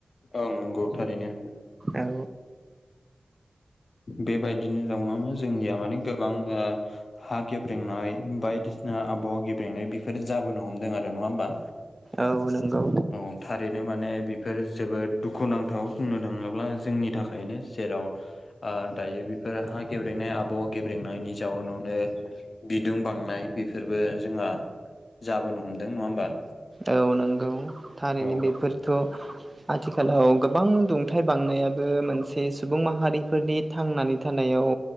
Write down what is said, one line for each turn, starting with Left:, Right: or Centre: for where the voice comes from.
Left: ओं नंगौ थारैनो।
Right: औ।
Left: बेबायदिनि जाउनावनो जोंनिया माने गोबां हा गेब्रेंनाय बायदिसिना आबहावा गेब्रेनाय बि फोर जाबोनो हमदों आरो नङा होमबा
Right: औ नंगौ
Left: औ थारैनो माने बेफोर जोबोद दुखुनांथाव बुंनो थाङोब्ला जोंनि थाखायनो जेराव ओ दायो बेफोर हा गेब्रेनाय आबौ गेब्रेनायनि जाउनावनो बिदुं बांनाय बेफोरबो जोंहा जाबोनो हमदों नङा होमबा?
Right: औ नंगौ थारैनो
Left: औ
Right: बेफोरथ'। आथिखालाव गोबां दुंथाइ बांनायाबो मोनसे सुबुं माहारिफोरनि थांनानै थानायाव